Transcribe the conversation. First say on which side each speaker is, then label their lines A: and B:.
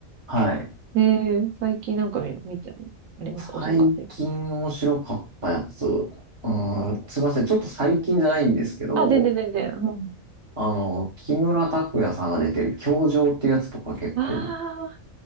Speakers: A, on the right; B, on the right.
A: はい。
B: ええ最近なんか見、見て、あります。面白かったです。
A: 最近面白かったやつ。うーん、すいません。ちょっと最近じゃないんですけど、
B: あ、全然全然。うん。
A: あの、木村拓哉さんが出てる教場っていうやつとか結構、
B: ああ、